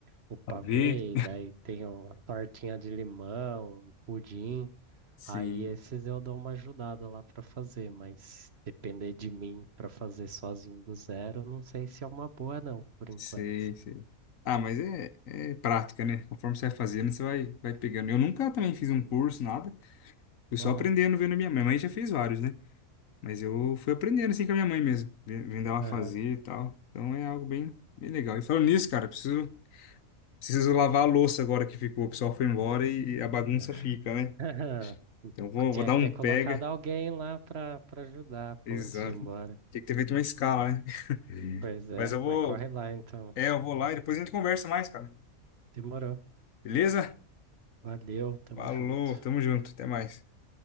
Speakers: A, on the right; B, on the left.
A: o pavê,
B: Ver?
A: daí tem a tortinha de limão, o pudim.
B: Sim,
A: Aí esses eu dou uma ajudada lá pra fazer, mas depender de mim pra fazer sozinho do zero, não sei se é uma boa não, por enquanto.
B: sei, sei. Ah, mas é, é prática, né? Conforme você vai fazendo, você vai, vai pegando. Eu nunca também fiz um curso, nada. Fui só
A: Uhum,
B: aprendendo vendo minha mãe. Minha mãe já fez vários, né? Mas eu fui aprendendo assim com a minha mãe mesmo, ve- vendo ela
A: aham,
B: fazer e tal. Então é algo bem, bem legal. E falando nisso, cara, preciso, preciso lavar a louça agora que ficou. O pessoal foi embora e, e a bagunça
A: né.
B: fica, né?
A: <laughs>
B: Então eu vou,
A: Tinha
B: vou dar
A: que
B: um
A: ter colocado
B: pega.
A: alguém lá pra para ajudar,
B: Exato.
A: pô, antes de ir embora.
B: Tinha que ter feito uma escala, né? <laughs>
A: Pois é,
B: Mas eu vou,
A: mas corre lá então.
B: é, eu vou lá e depois a gente conversa mais, cara.
A: Demorou.
B: Beleza?
A: Valeu, tamo
B: Falou,
A: junto.
B: tamo junto, até mais.